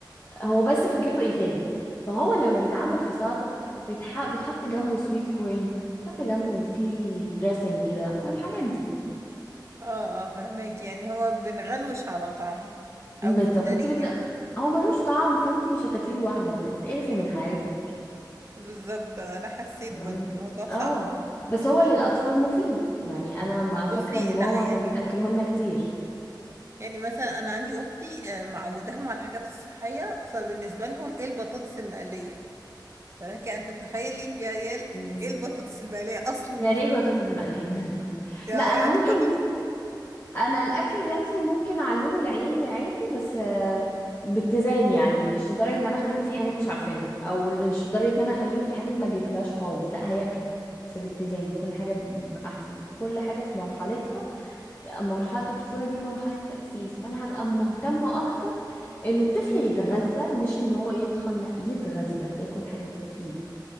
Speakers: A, on the left; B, on the right.
A: هو بس فكرته إفادة فهو لما بيتعمل في سلطة بيتح... بيتحط جنبه سويت كورن بيتحط جنبه في دريسنج كده يعني الحاجات دي
B: اه اه فهماك يعني هو بنغلوش على طعمه
A: بالظبط
B: او بنداريه
A: انت بت...
B: يعني
A: هو ملوش طعم فانت مش هتاكليه لوحده هتتقرفي من حياتك
B: بالظبط آه، انا حسيت
A: تمام؟
B: برضه الموضوع
A: اه
B: صعب
A: بس هو للأطفال
B: <laughs>
A: مفيد يعني أنا ما
B: بصي
A: فاكرة إن ماما
B: لا يعني
A: كانت بتأكله لنا كتير
B: يعني مثلا انا عندي اختي آه، معوداهم على الحاجات الصحيه فبالنسبه لهم ايه البطاطس المقليه فلك ان تتخيلي فيها ايه ال-
A: مم.
B: إيه البطاطس المقليه اصلا
A: يعني
B: <laughs> يعني
A: ايه بطاطس مقلية <laughs>
B: يا
A: لا أنا
B: يعني
A: ممكن
B: بطاطس
A: انا الاكل الهيلثي ممكن اعلمه لعيالي عادي بس آه، باتزان يعني مش لدرجه ان انا اخليهم في حاجات مش عارفينها او مش لدرجه ان انا اخليهم في حاجات ما بياكلوهاش خالص لا هياكلوا بس باتزان كل حاجه ب- احسن كل حاجه في مرحلتها مرحله الطفوله دي مرحله تاسيس فانا هبقى مهتمه اكتر ان الطفل يتغذى مش ان هو يتخن لا يتغذى ياكل حاجات مفيده